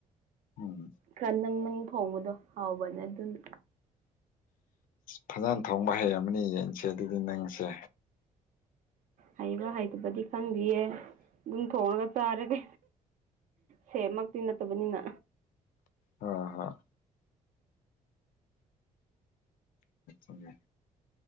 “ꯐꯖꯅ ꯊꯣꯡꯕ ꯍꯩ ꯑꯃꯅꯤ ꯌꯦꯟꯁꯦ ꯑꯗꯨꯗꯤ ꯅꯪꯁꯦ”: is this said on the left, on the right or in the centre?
Left